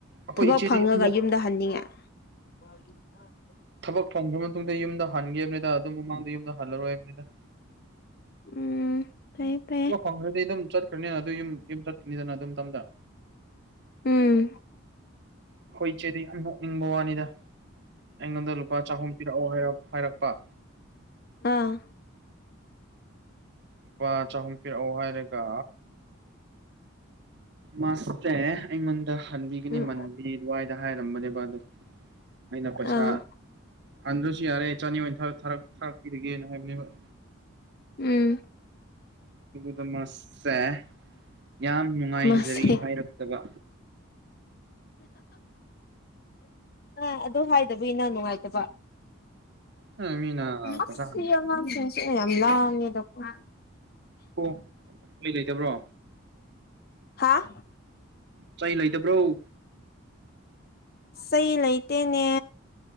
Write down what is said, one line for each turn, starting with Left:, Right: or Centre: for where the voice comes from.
Right: ꯑꯩꯈꯣꯏ
Left: ꯊꯕꯛ
Right: ꯏꯆꯦꯗꯤ
Left: ꯐꯪꯉꯒ
Right: ꯌꯥꯝꯅ
Left: ꯌꯨꯝꯗ ꯍꯟꯅꯤꯡꯉꯦ <unintelligible>
Right: ꯊꯕꯛ ꯐꯪꯈ꯭ꯔ ꯃꯇꯨꯡꯗ ꯌꯨꯝꯗ ꯍꯟꯒꯦꯕꯅꯤꯗ ꯑꯗꯨꯝ ꯃꯃꯥꯡꯗ ꯌꯨꯝꯗ ꯍꯜꯂꯔꯣꯏ ꯍꯥꯏꯕꯅꯤꯗ
Left: ꯎꯝ ꯐꯩꯌꯦ ꯐꯩ
Right: ꯐꯪꯗ꯭ꯔꯗꯤ ꯑꯗꯨꯝ ꯆꯠꯈ꯭ꯔꯅꯤꯅ ꯑꯗꯨ ꯌꯨꯝ ꯌꯨꯝ ꯆꯠꯀꯅꯤꯗꯅ ꯑꯗꯨꯝ ꯇꯝꯗ
Left: ꯎꯝ
Right: ꯑꯩꯈꯣꯏ ꯏꯆꯦꯗꯤ ꯌꯥꯝ ꯅꯣꯛꯅꯤꯡꯕ ꯋꯥꯅꯤꯗ ꯑꯩꯉꯣꯟꯗ ꯂꯨꯄꯥ ꯆꯍꯨꯝ ꯄꯤꯔꯛꯑꯣ ꯍꯥꯏ ꯍꯥꯏꯔꯛꯄ
Left: ꯑ‌ꯥ
Right: ꯂꯨꯄꯥ ꯆꯍꯨꯝ ꯄꯤꯔꯛꯑꯣ ꯍꯥꯏꯔꯒ ꯃꯥꯁꯇꯦ ꯑꯩꯉꯣꯟꯗ ꯍꯟꯕꯤꯒꯅꯤ
Left: ꯎꯝ
Right: ꯃꯟꯕꯤ ꯑꯗꯨꯋꯥꯏꯗ ꯍꯥꯏꯔꯝꯕꯅꯦꯕ ꯑꯗꯣ ꯑꯩꯅ ꯄꯩꯁꯥ
Left: ꯑꯥ
Right: ꯍꯟꯗ꯭ꯔꯁꯨ ꯌꯥꯔꯦ ꯆꯥꯅꯤ ꯑ‌ꯣꯏꯅ ꯊꯔꯛ ꯊꯔꯛ ꯊꯥꯔꯛꯄꯤꯔꯒꯦꯅ ꯍꯥꯏꯕꯅꯦꯕ
Left: ꯎꯝ
Right: ꯗꯃꯛꯁꯦ ꯌꯥꯝ ꯅꯨꯡꯉꯥꯏꯖꯔꯤ
Left: ꯃꯥꯁꯦ
Right: ꯍꯥꯏꯔꯛꯇꯕ
Left: ꯑꯥ ꯑꯗꯨ ꯍꯥꯏꯗꯕꯒꯤ ꯅꯪ ꯅꯨꯡꯉꯥꯏꯇꯕ
Right: ꯑ ꯃꯤꯅ
Left: ꯑꯁ
Right: ꯄꯩꯁꯥ
Left: ꯁꯤ ꯑꯉꯥꯡꯁꯤꯡ ꯌꯥꯝ ꯂꯥꯡꯉꯦꯗꯀ‌ꯣ
Right: ꯑꯣ ꯀꯩ ꯂꯩꯇꯕ꯭ꯔꯣ
Left: ꯍꯥꯥ
Right: ꯆꯩ ꯂꯩꯇꯕ꯭ꯔꯣ
Left: ꯆꯩ ꯂꯩꯇꯦꯅꯦ